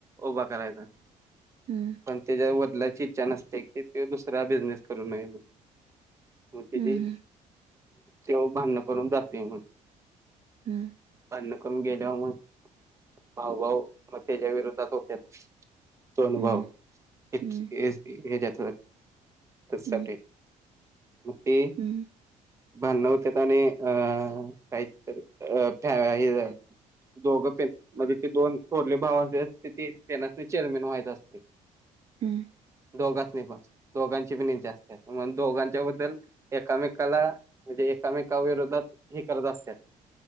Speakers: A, on the right; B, on the right.
A: उभा करायचा.
B: हम्म
A: पण त्याच्या वडलाची इच्छा नसते की ते दुसरा बिझनेस करू नये म्हणून- मग त्याची
B: हम्म
A: तेव भांडण करून जाते म्हण-
B: हम्-
A: भांडण करून गेल्यावर मग भाऊभाऊ मग त्याच्या विरोधात होत्यात- दोन
B: हम्म
A: भाऊ इस्टेट
B: हम्म
A: साठी-
B: हम्म
A: एक-
B: हम्म
A: भांडण होतात आणि काहितरी हिच- दोघं पेन म्हणजे दोन थोरले भाव अस तिथे त्यानासनी चेअरमेन व्हायत असते.
B: हम्-
A: दोघांच पण दोघांची पण इच्छा असते मग दोघांच्या बद्दल एकामेकाला- म्हणजे एकामेकाविरोधात हे करत असतात.